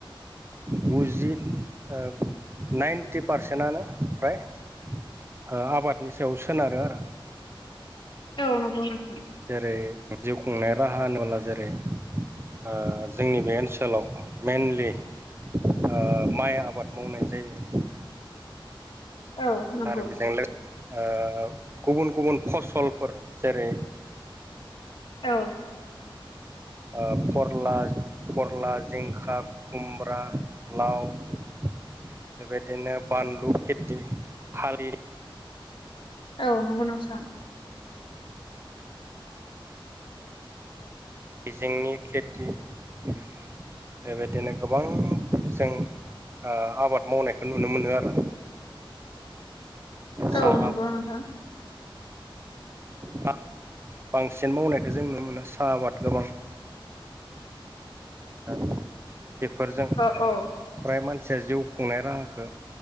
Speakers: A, on the right; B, on the left.
A: गुजि ओ नाइन्टि पारसेन्टयानो फ्राय ओ आबादनि सायाव सोनारो आरो।
B: औ नंगौ नोंथां।
A: जेरै जिउ खुंनाय राहा होनोब्ला जेरै ओ जोंनि बे ओनसोलाव मेनलि ओ माइ आबाद मावनाय जायो।
B: औ नंगौ
A: आरो बेजों लो ओ गुबुन-गुबुन फसलफोर जेरै
B: औ
A: ओ फरला-फरला, जिंखा खुमब्रा, लाव बेबायदिनो बानलु खेति थालि
B: औ नंगौ नोंथां। <inaudible>
A: हायजेंनि खेति बेबायदिनो गोबां जों ओ आबाद मावनायखौ नुनो मोनो आरो। साहा
B: औ नंगौ नोंथां।
A: बां-बांसिन मावनायखौ जों नुनो मोना, साहा आबाद गोबां <unintelligible> बेफोरजों
B: औ औ
A: फ्राय मानसिया जिउ खुंनाय राहाखो